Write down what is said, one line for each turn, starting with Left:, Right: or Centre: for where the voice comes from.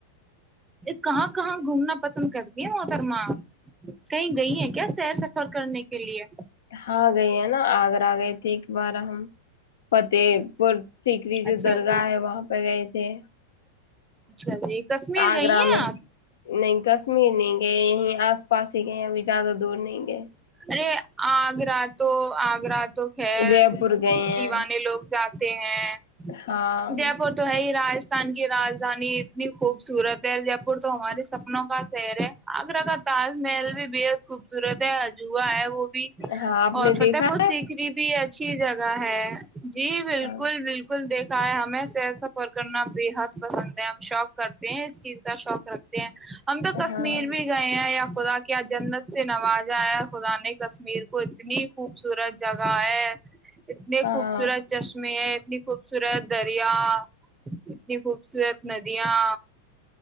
Right: کہاں کہاں گھومنا پسند کرتی ہے محترمہ کہیں گئی ہیں کیا سیر سفر کرنے کے لیے
Left: ہاں گئی ہے نا آگرہ گئے تے ایک بار ہم فتح پور سیکری جو
Right: اچھا
Left: درگاہ
Right: جی
Left: ہے وہاں پہ گئے تھے
Right: اچھا جی کشمیر
Left: آگرہ
Right: گئی ہیں
Left: میں
Right: آپ
Left: نہیں کشمیر نہیں گئے یہیں آس پاس ہی گئے ابھی زیادہ دور نہیں گئے
Right: ارے آگرہ تو آگرہ تو خیر
Left: جے پور گئے ہیں
Right: دیوانے لوگ جاتے ہیں
Left: ہاں
Right: دیا پور تو ہے ہی راج راجستان کی راجدانی اتنی خوبصورت ہے جب تو ہمارے سپنوں کا شہر ہے آگرہ کا تاج محل بھی بےحد خوبصورت ہے <inaudible> ہے وہ بھی
Left: ہاں آپ
Right: اور
Left: نے
Right: فتح
Left: دیکھا
Right: پور
Left: ہے
Right: سیکری بھی اچھی ا کی جگہ ہے جی بالکل
Left: ہاں
Right: بالکل دیکھ ہمیں سیر سفر کرنا بےحد پسند ہے ہم شوق کرتے ہیں اس چیز کا شوق رکھتے ہیں ہم تو کشمیر
Left: ہاں
Right: بھی گئے ہیں یا خدا کیا جنت سے نوازا خدا نے کشمیر کو اتنی خوبصورت جگہ ہے اتنے
Left: ہاں
Right: خوبصورت چشمے ہیں اتنی خوبصورت دریا اتنی خوبصورت ندیاں